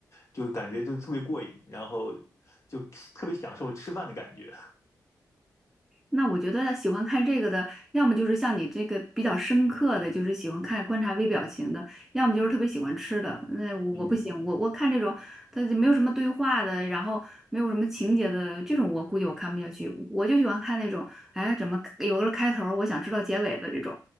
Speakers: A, on the left; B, in the centre.
A: 就感觉就特别过瘾，然后就特别享受吃饭的感觉，
B: 那我觉得喜欢看这个的，要么就是像你这个比较深刻的，就是喜欢看观察微表情的，要么就是特别喜欢吃的。那我我不行，
A: 嗯。
B: 我我看这种，它就没有什么对话的，然后没有什么情节的这种，我估计我看不下去。我就喜欢看那种，哎，怎么有个开头儿我想知道结尾的这种。